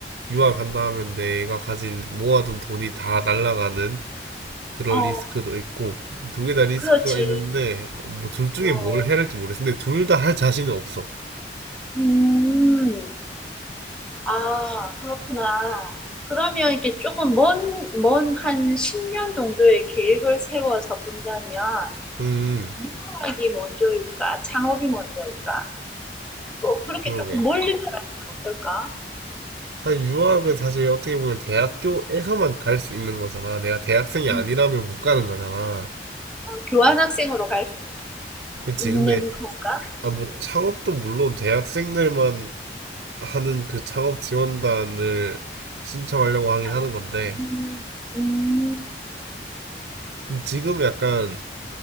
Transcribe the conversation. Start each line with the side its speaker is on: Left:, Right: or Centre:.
Right: 유학 간다 하면 내가 가진 모아둔 돈이 다 날아가는 그런
Centre: 어,
Right: 리스크도 있고 두 개 다 리스크가
Centre: 그렇지.
Right: 있는데 뭐 둘 중에
Centre: 어,
Right: 뭘 해야 할지 모르겠어. 근데 둘 다 할 자신은 없어.
Centre: 음. 아, 그렇구나. 그러면 이렇게 조금 먼, 먼 한 10년 정도의 계획을 세워서 본다면,
Right: 음,
Centre: 유학이 먼저일까? 창업이 먼저일까? 뭐, 그렇게
Right: 그러게.
Centre: 조금 멀리 바라보면 어떨까?
Right: 사실 유학은 사실 어떻게 보면 대학교에서만 갈 수 있는 거잖아. 내가 대학생이
Centre: 음,
Right: 아니라면 못 가는 거잖아.
Centre: 교환학생으로 갈 수 있는,
Right: 그치.
Centre: 있는
Right: 근데
Centre: 건가?
Right: 아, 뭐 창업도 물론 대학생들만 하는 그 창업 지원단을 신청하려고 하긴
Centre: 아니,
Right: 하는 건데
Centre: 음, 음,
Right: 근데 지금 약간